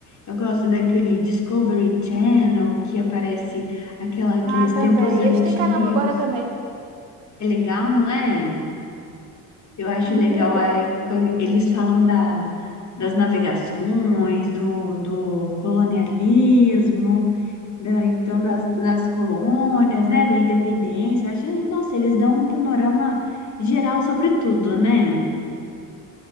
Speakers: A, on the left; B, on the right.
A: Eu gosto daquele Discovery Channel que aparece aquela, aqueles
B: Ah, também.
A: tempos antigos.
B: E eles têm canal agora também.
A: É legal, não é? Eu acho
B: Muito
A: legal
B: legal.
A: a época, eles falam da, das navegações, do, do colonialismo, da, então das, das colônias, né, da independência. Acho, nossa, eles dão um panorama geral sobre tudo, né?